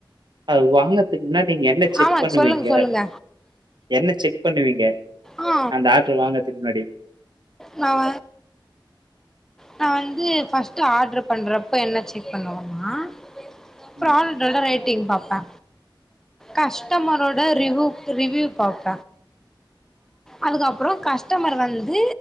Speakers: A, on the right (about 60°); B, in the centre.
A: அது வாங்க துக் முன்னாட் நீங்க என்ன செக்
B: ஆமா
A: பண்ணுவீங்க
B: சொல்லுங்க சொல்லுங்க
A: என்ன செக் பண்ணுவீங்க
B: ஆ
A: அந்த ஆர் ட்ரு வாங்கறதுக்குமுன்னாடி
B: நா வ நா வந்து ஃபர்ஸ்ட்டு ஆட்ரு பண்றப்ப என்ன செக் பண்ணுவன்னா புராடக்
A: ம்
B: டோட ரேட்டிங் பாப்ப கஸ்டமரோட ரிவூ ரிவூயூ பாப்ப அதுக்கப்றோ கஸ்டமர் வந்து